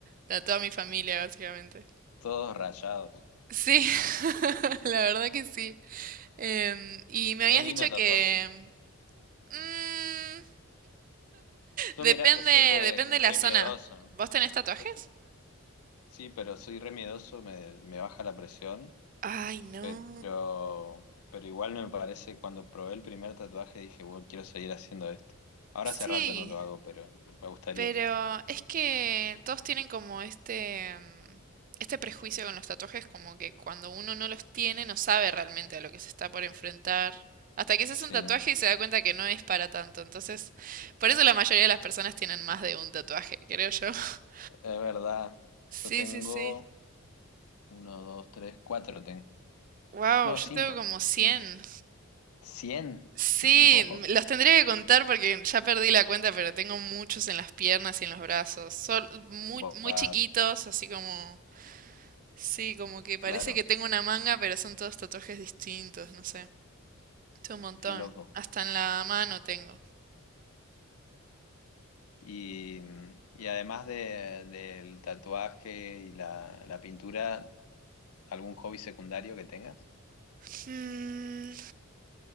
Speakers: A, on the right; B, on the left.
A: tatué a mi familia, básicamente.
B: todos rayados.
A: Sí, <laughs> la verdad que sí. Em, y me habías
B: Es lindo
A: dicho
B: tatuarse.
A: que... mm,
B: Yo
A: Depende,
B: mirá que soy re,
A: depende de
B: re
A: la zona.
B: miedoso. ¿no?
A: ¿Vos tenés tatuajes?
B: Yo soy- sí, pero soy re miedoso, me, me baja la presión,
A: Ay, no.
B: pero, pero igual me parece, cuando probé el primer tatuaje dije, bueno, quiero seguir haciendo esto. Ahora
A: Sí,
B: hace rato no lo hago, pero me gustaría.
A: pero es que todos tienen como este, mm, este prejuicio con los tatuajes, como que cuando uno no los tiene no sabe realmente a lo que se está por enfrentar. Hasta que se
B: Sí,
A: hace un tatuaje y se da cuenta que no es para tanto. Entonces, por eso la mayoría de las personas tienen más de un tatuaje, creo yo. <laughs>
B: es verdad.
A: Sí,
B: Yo tengo
A: sí, sí.
B: uno, dos, tres, cuatro tengo.
A: Wow,
B: No,
A: yo
B: cinco,
A: tengo como 100.
B: cinco. ¿Cien?
A: Sí,
B: <laughs> No,
A: me- los tendría que contar porque ya perdí la cuenta, pero tengo muchos en las piernas y en los brazos. Son muy,
B: wow,
A: muy chiquitos, así como... Sí, como que parece
B: claro,
A: que tengo una manga, pero son todos tatuajes distintos, no sé. Es un montón.
B: qué loco.
A: Hasta en la mano tengo.
B: Y, y además de- del tatuaje y la, la pintura, ¿algún hobby secundario que tengas?
A: Mm,